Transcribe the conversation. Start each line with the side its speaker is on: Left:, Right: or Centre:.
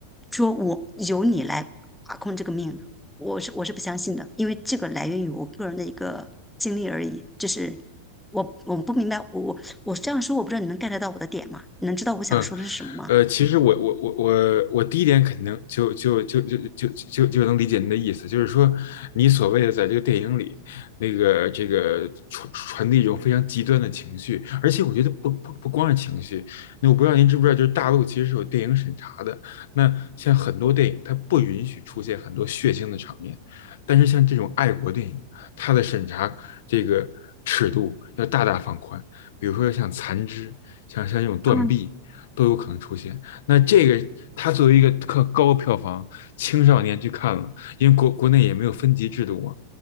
Centre: 说我由你来把控这个命的，我是我是不相信的，因为这个来源于我个人的一个经历而已。就是我我不明白，我我我这样说，我不知道你能 get 到我的点吗？你能知道我想说的是什么吗？
Left: 嗯，呃，其实我我我我我第一点肯定能就就就就就就就能理解您的意思，就是说你所谓的在这个电影里，那个这个传传递一种非常极端的情绪，而且我觉得不不不光是情绪，那我不知道您知不知道，就是大陆其实是有电影审查的，那像很多电影它不允许出现很多血腥的场面，但是像这种爱国电影，它的审查这个尺度要大大放宽，比如说像《残肢》，像像这种《断臂》。
Centre: 嗯，
Left: 都有可能出现。那这个他作为一个特高票房，青少年去看了，因为国国内也没有分级制度嘛。